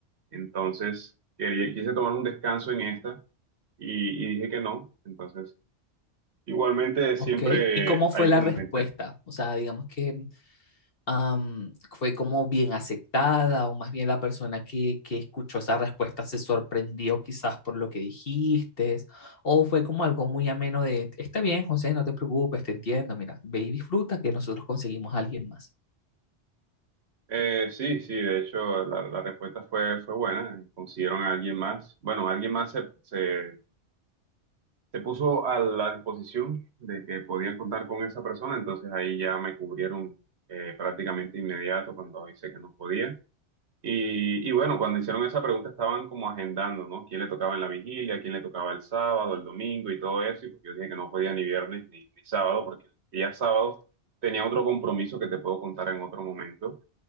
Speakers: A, on the right; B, on the left.
A: Entonces, quería- quise tomar un descanso en esta y, y dije que no. Entonces Igualmente
B: Ok,
A: siempre
B: ¿y cómo fue
A: hay
B: la
A: como
B: respuesta?
A: gente.
B: O sea, digamos que am, fue como bien aceptada o más bien la persona que, que escuchó esa respuesta se sorprendió quizás por lo que dijiste o fue como algo muy ameno de, está bien, José, no te preocupes, te entiendo, mira, ve y disfruta que nosotros conseguimos a alguien más.
A: Eh, sí, sí, de hecho la, la respuesta fue, fue buena. Consiguieron a alguien más. Bueno, alguien más se, se, se puso a la disposición de que podían contar con esa persona, entonces ahí ya me cubrieron eh, prácticamente inmediato cuando hice que no podía. Y, y bueno, cuando hicieron esa pregunta estaban como agendando, ¿no? ¿Quién le tocaba en la vigilia? ¿Quién le tocaba el sábado, el domingo y todo eso? Y pues yo dije que no podía ni viernes ni, ni sábado, porque el día sábado tenía otro compromiso que te puedo contar en otro momento.